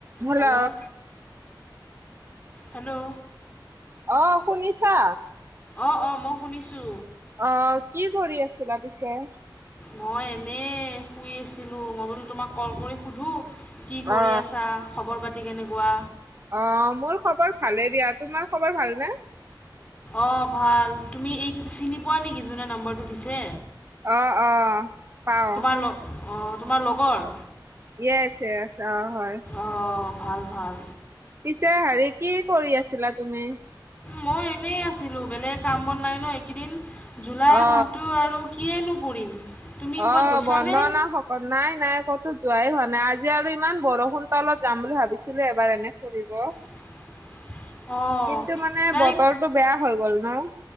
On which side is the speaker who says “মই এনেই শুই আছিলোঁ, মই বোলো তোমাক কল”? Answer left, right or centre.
Left